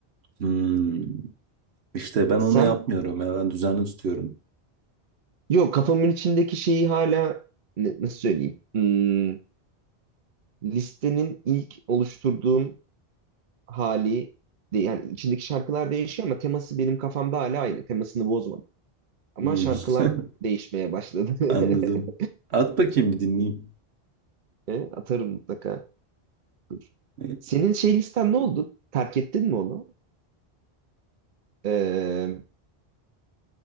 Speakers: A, on the right; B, on the right.
A: Hmm. İşte ben
B: Sen
A: onu yapmıyorum ya ben düzenli tutuyorum.
B: Yok kafamın içindeki şeyi hala ne- nasıl söyleyeyim? Hmm, listenin ilk oluşturduğum hali de- yani içindeki şarkılar değişiyor ama teması benim kafamda hala aynı. Temasını bozmadım. Ama
A: Hmm.
B: şarkılar
A: <laughs>
B: değişmeye başladı. <laughs>
A: Anladım. At bakayım bir dinleyeyim.
B: E, Atarım mutlaka. Dur.
A: E,
B: Senin şey listen ne oldu? Terk ettin mi onu? Ee,